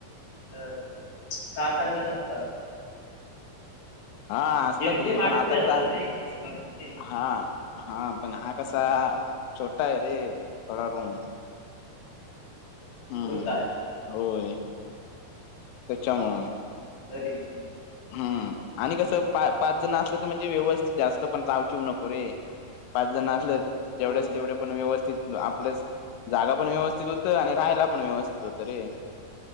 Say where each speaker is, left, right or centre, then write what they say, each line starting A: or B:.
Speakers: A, on the left; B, on the left.
A: अ सहा सात जण असतात.
B: हा असतात
A: जेमतेम
B: रे
A: आठ
B: पण आता
A: तरी असतात
B: कसा इनऑडिबल
A: रे एका रूम मध्ये
B: हा हा पण हा कसा छोटा आहे रे थोडा रूम. हम्म
A: होय काय
B: होय त्याच्यामुळ
A: इनऑडिबल
B: हम्म आणि कसं पा पाच जण असलं तर म्हणजे व्यवस्थित जास्त पण चावची नको रे पाच जण असलं
A: हो
B: जेवढेच तेवढे पण व्यवस्थित आपलंच जागा पण व्यवस्थित आणि राहायला पण व्यवस्थित होत रे